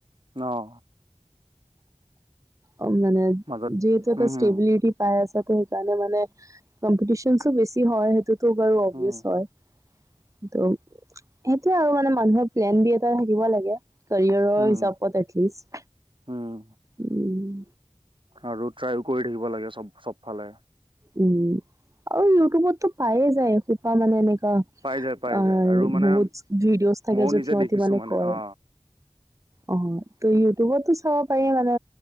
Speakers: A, on the right; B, on the right.
A: অ'।
B: অ মানে
A: মাজত
B: যিহেতু এটা
A: উম হম
B: ষ্টেবিলিটি পাই আছা। সেইকাৰণে মানে কম্পিটিচনচ ও বেছি হয় সেইটো তো বাৰু অভিয়াছ
A: উম
B: হয়। ত, সেইটোয়ে আৰু মানে মানুহৰ প্লেন বি এটা থাকিব লাগে। কাৰীয়াৰৰ
A: উম
B: হিচাপত এটলিষ্ট।
A: উম
B: উম
A: আৰু ট্ৰাইও কৰি থাকিবা। লাগে চব, চবফালে।
B: উম আৰু ইউটিউবততো পায়ে যায় এখোপা মানে এনেকে। অ'
A: পাই যায় পাই
B: আৰু
A: যায় মানে
B: বহুতচ ভিডিঅ'জ থাকে,
A: ময়ো
B: য'ত
A: নিজে
B: সিহঁতি
A: দেখিছো
B: মানে কয়।
A: অ
B: অ', ত ইউটিউবটো চাব পাৰি মানে